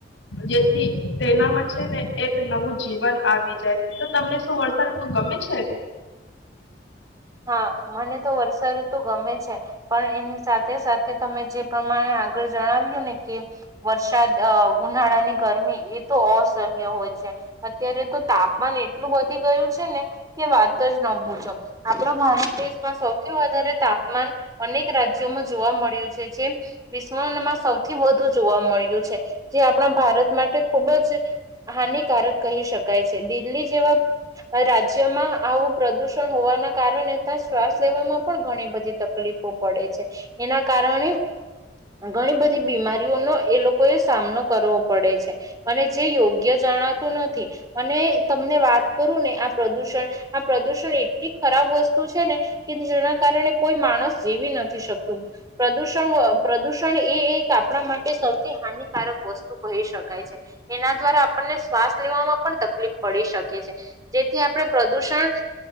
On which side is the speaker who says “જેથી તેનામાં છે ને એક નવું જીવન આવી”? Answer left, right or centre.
Left